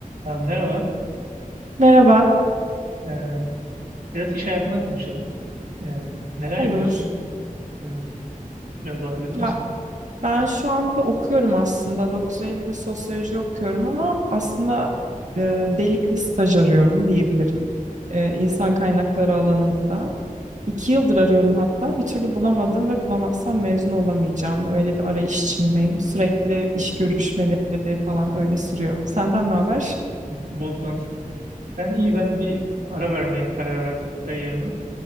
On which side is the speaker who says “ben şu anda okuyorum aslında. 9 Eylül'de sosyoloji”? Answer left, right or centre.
Right